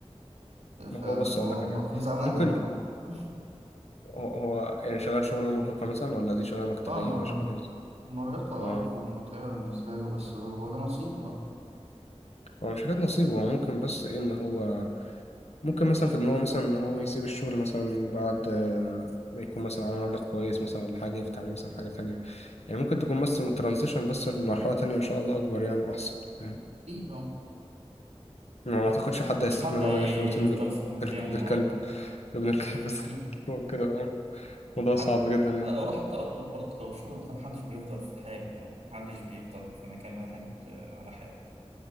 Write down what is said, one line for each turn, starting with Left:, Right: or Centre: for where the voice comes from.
Left: ما
Right: فما
Left: هو بص اقول لك على
Right: بكون
Left: حاجه
Right: زعلان
Left: ممكن
Right: عليه والله <laughs>
Left: هو, هو يعني شغال شغلانه مرهقه مثلا ولا دي شغلانه مكتبيه
Right: اه مرهقة
Left: ولا شغلانه ايه بالظبط
Right: مرهقة اه
Left: اه
Right: ومتعبة بالنسبة له بس هو ده نصيبه بقى
Left: هو مش حاجات نصيبه هو ممكن بس ايه ان هو ممكن مثلا في دماغه مثلا ان هو يسيب الشغل مثلا بعد آه، ما يكون مثلا عامل مبلغ كويس مثلا ولا حاجه يفتح بيه مثلا حاجه تانية يعني ممكن تكون بس ترانزيشن بس لمرحله تانية ان شاء الله اكبر يعني واحسن فاهم
Right: أكيد أهو
Left: ما ما اعتقدش حد
Right: مفيش
Left: هيستحمل
Right: حد
Left: ان
Right: هيفضل
Left: هو يعيش في روتين دل...
Right: في مكانه
Left: دل... دل... الكلب
Right: اه
Left: ابن الكلب
Right: <laughs> مم.
Left: <laughs> كده فاهم؟ موضوع صعب
Right: حتى
Left: جدا يعني
Right: لا هو حتى برضه برضه لو الشغل مثلا محدش بيفضل في حاله يعني محدش بيفضل في مكان واحد آه، على حاله